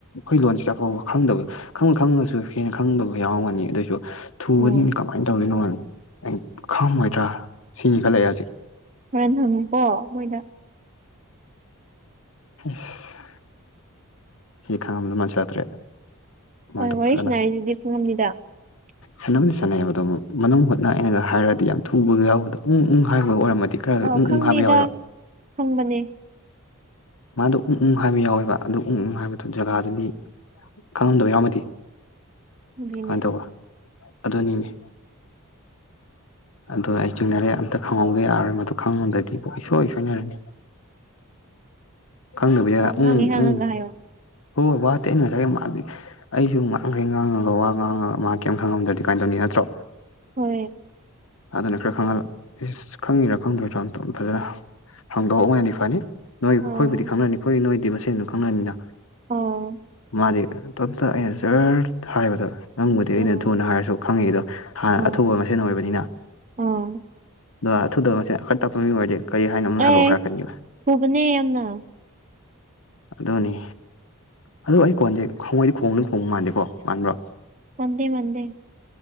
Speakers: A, on the left; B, on the right.
A: ꯈꯣꯏ ꯂꯣꯟꯁꯤꯔ ꯐꯥꯎꯕ ꯈꯪꯗꯕ ꯈꯪꯕꯨ ꯈꯪꯉꯁꯨ ꯍꯦꯟꯅ ꯈꯪꯗꯕ ꯌꯥꯎꯔꯝꯒꯅꯤ ꯑꯗꯨꯏꯖꯨ ꯊꯨꯕꯅꯤꯅꯦ
B: ꯎꯝ
A: ꯀꯃꯥꯏꯅ ꯇꯧꯗꯣꯏꯅꯣꯅ ꯑꯩ ꯈꯥꯝꯃꯣꯏꯗ꯭ꯔꯥ ꯁꯤꯅꯤ ꯈꯜꯂꯑꯦ ꯑꯩꯌꯥꯛꯖꯦ
B: ꯍꯣꯔꯦꯟ ꯍꯪꯉꯨꯀꯣ ꯃꯣꯏꯗ
A: ꯍꯩꯁ ꯁꯤ ꯈꯪꯉꯝꯗꯧ ꯃꯥꯟꯁꯜꯂꯛꯇ꯭ꯔꯦ ꯃꯣꯏꯗꯣ
B: ꯍꯣꯏ ꯋꯥꯔꯤ
A: ꯐꯖꯅ
B: ꯁꯥꯟꯅꯔꯤꯗꯨꯗꯤ ꯈꯪꯉꯝꯅꯤꯗ <inaudible>
A: ꯁꯥꯟꯅꯕꯨꯗꯤ ꯁꯥꯟꯅꯩꯑꯦꯕꯗꯣ ꯃꯅꯨꯡ ꯍꯨꯠꯅ ꯑꯩꯅꯒ ꯍꯥꯏꯔꯗꯤ ꯌꯥꯝ ꯊꯨꯕꯗꯣ ꯌꯥꯎꯕꯗꯣ ꯎꯪ ꯎꯪ ꯍꯥꯏꯒꯗꯧ ꯑꯣꯏꯔꯝꯃꯗꯤ ꯈꯔ
B: ꯑꯣ
A: ꯎꯪ
B: ꯈꯪꯉꯤꯗꯥ
A: ꯎꯪ ꯍꯥꯏꯕ ꯌꯥꯎꯋꯦꯕ
B: ꯈꯪꯕꯅꯦ
A: ꯃꯥꯗꯣ ꯎ ꯎꯪ ꯍꯥꯏꯕ ꯌꯥꯎꯋꯦꯕ ꯑꯗꯨ ꯎ ꯎꯡ ꯍꯥꯏꯕꯗꯨ ꯖꯒꯥꯗꯨꯗꯤ ꯈꯪꯉꯝꯗꯕ ꯌꯥꯎꯝꯃꯗꯤ
B: ꯑꯗꯨꯒꯤꯅꯦ
A: ꯀꯃꯥꯏꯅ ꯇꯧꯕꯥ ꯑꯗꯨꯅꯤꯅꯦ ꯑꯗꯣ ꯑꯩ ꯆꯤꯡꯅꯔꯦ ꯑꯝꯇ ꯈꯪꯍꯧꯗ ꯌꯥꯔꯣꯏ ꯃꯗꯨ ꯈꯪꯗꯗꯤ ꯏꯨꯁꯣꯏ ꯁꯣꯏꯅꯔꯅꯤ ꯈꯪꯗꯕꯤꯗ
B: ꯋꯥ ꯉꯥꯡꯉꯤ
A: ꯎꯝ
B: ꯉꯥꯡꯉꯒ
A: ꯎꯝ
B: ꯍꯥꯏꯌꯣ
A: ꯍꯣꯏ ꯋꯥ ꯇꯦ ꯑ ꯉꯁꯥꯏ ꯃꯥ ꯑꯩꯁꯨ ꯉꯥꯡꯈꯩ ꯉꯥꯡꯉꯒ ꯋꯥ ꯉꯥꯡꯉꯒ ꯃꯥ ꯀꯩꯝꯇ ꯈꯪꯉꯝꯗ꯭ꯔꯗꯤ ꯀꯃꯥꯏꯅ ꯇꯧꯅꯤ ꯅꯠꯇ꯭ꯔꯣ
B: ꯍꯣꯏ
A: ꯑꯗꯨꯅ ꯈꯔ ꯈꯪꯍꯜꯂ ꯏꯁ ꯈꯪꯉꯤꯔꯥ ꯈꯪꯗ꯭ꯔꯁꯨ ꯑꯝꯇ ꯐꯖꯅ ꯍꯪꯗꯣꯛꯍꯧꯕꯅꯗꯤ ꯐꯅꯤ ꯅꯣꯏ ꯑꯩꯈꯣꯏꯕꯨꯗꯤ
B: ꯑꯥ
A: ꯈꯪꯅꯅꯤ ꯑꯩꯈꯣꯏ ꯅꯣꯏꯗꯤ ꯃꯁꯦꯟꯗꯨ ꯈꯪꯅꯅꯤꯅ
B: ꯑꯣ
A: ꯃꯥꯗꯤ ꯇꯣꯝꯇ ꯑꯩꯅ ꯖꯔ ꯍꯥꯏꯕꯗ ꯅꯪꯕꯨꯗꯤ ꯑꯩꯅ
B: ꯑꯥ
A: ꯊꯨꯅ ꯍꯥꯏꯔꯁꯨ ꯈꯪꯏ ꯑꯗꯣ ꯍꯥꯟꯅ
B: ꯑꯥ
A: ꯑꯊꯨꯕ ꯃꯁꯦꯟ ꯑꯣꯏꯕꯅꯤꯅ
B: ꯑꯥ
A: ꯑꯗꯣ ꯑꯊꯨꯗꯕ ꯃꯁꯦꯟ ꯈꯔ ꯇꯞꯄ ꯃꯤ ꯑꯣꯏꯔꯗꯤ ꯀꯔꯤ ꯍꯥꯏꯅꯣ ꯑꯃꯨꯛ
B: ꯑꯩꯁ
A: ꯍꯜꯂꯛꯑꯣ ꯍꯥꯏꯔꯛꯀꯅꯤꯕ
B: ꯊꯨꯕꯅꯦ ꯌꯥꯝꯅ
A: ꯑꯗꯨꯅꯤ ꯑꯗꯣ ꯑꯩ ꯈꯣꯟꯁꯦ ꯍꯉꯣꯏꯗꯤ ꯈꯣꯡꯕꯗꯧ ꯈꯣꯡꯕ ꯃꯥꯟꯗꯦꯀꯣ ꯃꯥꯟꯕ꯭ꯔꯣ
B: ꯃꯟꯗꯦ ꯃꯟꯗꯦ